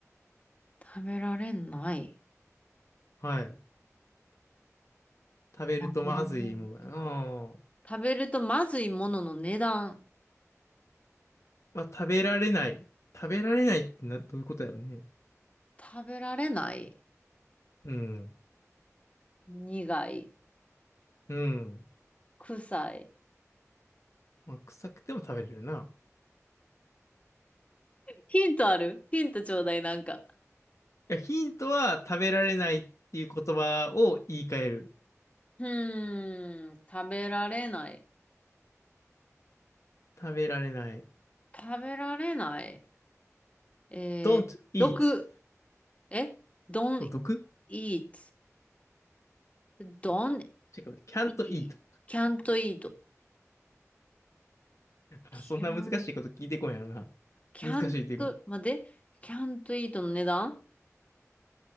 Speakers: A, on the left (about 25°); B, on the left (about 60°).
A: 食べられない。
B: はい。食べるとまずいものやな。
A: 食べられない。食べるとまずいものの値段。
B: まあ、食べられない。食べられないってな、どういうことやろね。
A: 食べられない。
B: うん。
A: 苦い。
B: うん。
A: 臭い。
B: まあ、臭くても食べれるな。
A: ヒントあるヒントちょうだい、なんか。
B: いや、ヒントは食べられないっていう言葉を言い換える。
A: うーん、食べられない。
B: 食べられない。
A: 食べられない。えー、
B: don't eat
A: 毒。え ?don't
B: を毒
A: eat. don't
B: 違う。can't
A: eat.
B: eat。
A: can't eat. can't,
B: まあ、そんな難しいこと聞いてこんやろな。
A: can't,
B: 難しいっていうか。
A: 待って。can't eat の値段